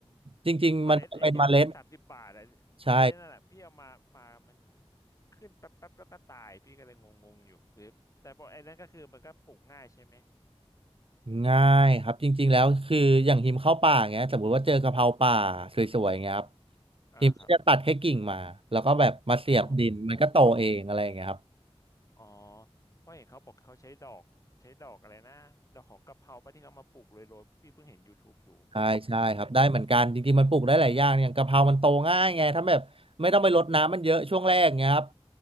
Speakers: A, on the right; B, on the left.
A: จริงๆมันจะเป็นเมล็ด
B: เมล็ดไอ้ที่เมล็ดสามสิบบาทอะไอ้นนั่นแหละพี่เอามามามัน
A: ใช่
B: ขึ้นแป๊บแป๊บแล้วก็ตายพี่ก็เลยงงงอยู่หรือแต่พอไอ้นั่นก็คือมันก็ปลูกง่ายใช่ไหม
A: ง่ายครับจริงๆแล้วคืออย่างหิมเข้าป่าเงี้ยสมมติว่าเจอกะเพราป่าสวยๆเงี้ยครับ
B: อ่าครับ
A: หิมก็จะตัดแค่กิ่งมาแล้วก็แบบมาเสียบดินมันก็โตเองอะไรอย่างเงี้ยครับ
B: อ๋ออ๋อเพราะเห็นเขาบอกเขาใช้ดอกใช้ดอกอะไรนะดอกของกะเพราปะที่เขามาปลูกเลยโรยๆพี่เพิ่งเห็นย o ท t บ e อยู่เขาบอกไงนะ
A: ใช่ใช่ครับได้เหมือนกันจริงๆมันปลูกได้หลายอย่างอย่างกะเพรามันโตง่ายไงถ้าแบบไม่ต้องไปรดน้ำมันเยอะช่วงแรกเงี้ยครับ